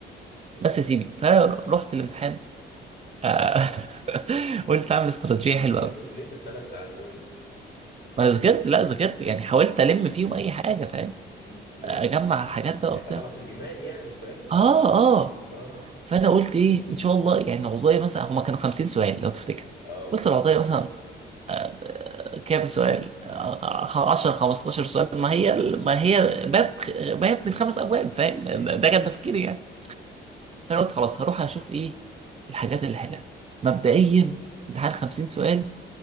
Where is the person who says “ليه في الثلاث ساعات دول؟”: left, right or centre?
Left